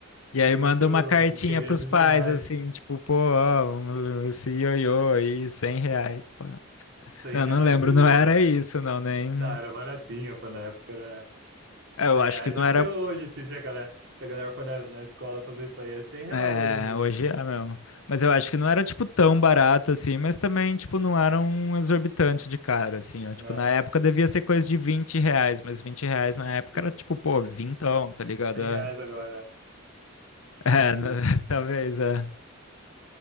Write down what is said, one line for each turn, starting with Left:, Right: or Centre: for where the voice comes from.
Left: E
Right: fiquei
Left: aí
Right: muito
Left: manda uma cartinha
Right: querendo
Left: pros pais,
Right: demais
Left: assim, tipo, pô, ó, um- esse ioiô aí, 100 reais, pá.
Right: 100
Left: Não,
Right: reais
Left: não lembro,
Right: o Ioiô.
Left: não era isso, não, nem.
Right: Não, era baratinho, pô, na época era
Left: É, Eu
Right: Cem
Left: acho
Right: reais.
Left: que
Right: Deve
Left: não era.
Right: ser hoje, se se a galera, se a galera for na, na escola fazer isso aí, é 100 real
Left: É,
Right: hoje mesmo.
Left: hoje é mesmo. Mas eu acho que não era, tipo, tão barato assim, mas também, tipo, não era um exorbitante de caro, assim, ó. Tipo,
Right: Ah,
Left: na época devia ser coisa de 20 reais, mas 20 reais na época
Right: sim.
Left: era, tipo, pô, vintão, tá ligado?
Right: 100
Left: É,
Right: reais agora,
Left: é,
Right: meio que
Left: né, <laughs>
Right: isso.
Left: talvez, é.